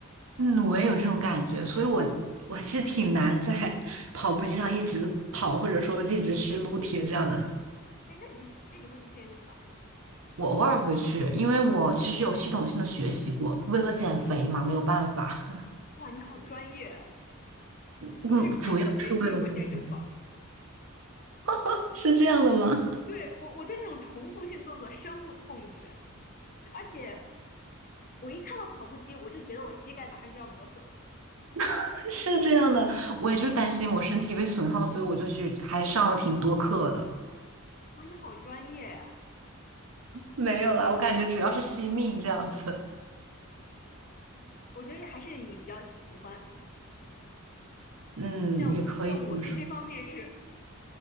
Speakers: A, on the right; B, on the left.
A: 嗯，我也有这种感觉，所以我我其实挺难在 <laughs> 跑步机上一直跑，或者说一直去撸铁这样的。
B: 哎，那你是那你会去健身房吗？
A: 我偶尔会去，因为我其实有系统性的学习过，为了减肥嘛，没有办法。<laughs>
B: 哇，你好专业啊！
A: 嗯，
B: 我是根本没进过健身房。
A: 主要是为了减肥。<laughs> 是这样的吗？
B: 对，我，我对那种重复性动作深恶痛绝，而且我一看到跑步机，我就觉得我膝盖马上就要磨损了。
A: <laughs> 是这样的，我也就担心我身体被损耗，所以我就去还上了挺多课的。
B: 哇，你好专业呀！
A: 没有啦，我感觉主要是惜命这样子。
B: 嗯，我觉得还是你比较喜欢，
A: 嗯，
B: 像像我对这方面是
A: 也可以这么说，